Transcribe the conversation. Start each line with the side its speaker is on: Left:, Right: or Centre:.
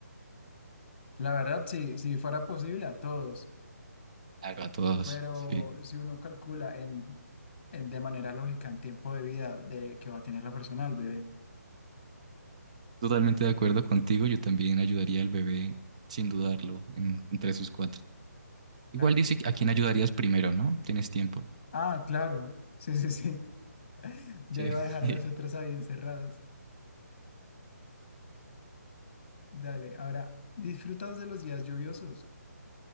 Left: La verdad, sí, si fuera posible a todos,
Right: Claro, a todos,
Left: pero
Right: sí.
Left: si uno calcula en, en- de manera lógica en tiempo de vida de que va a tener la persona, el bebé,
Right: Totalmente de acuerdo contigo, yo también ayudaría al bebé sin dudarlo en, entre sus cuatro. Igual
Left: claro.
Right: dice a quién ayudarías primero, ¿no? Tienes tiempo.
Left: Ah, claro, sí, sí, sí. <laughs> Ya
Right: Sí.
Left: iba
Right: <laughs>
Left: a dejar a las otras ahí encerradas Dale, ahora, disfrutas de los días lluviosos.